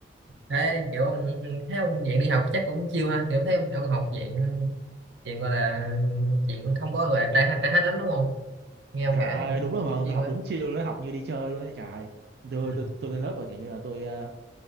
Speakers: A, on the right; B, on the right.
A: thế kiểu ông- thấy ông dạng đi học chắc cũng chill ha kiểu thấy ông, ông học dạng dạng gọi là dạng không có gọi là trai hát trai hát lắm đúng không
B: <laughs>
A: nghe ông
B: trời
A: kể
B: ơi
A: thấy cũng
B: đúng rồi mà
A: cũng chill
B: tôi học
A: ấy
B: đúng chiều luôn ấy, học như đi chơi luôn ấy trời ơi. tôi
A: ừ.
B: tôi tôi lên lớp và kiểu như là tôi ờ,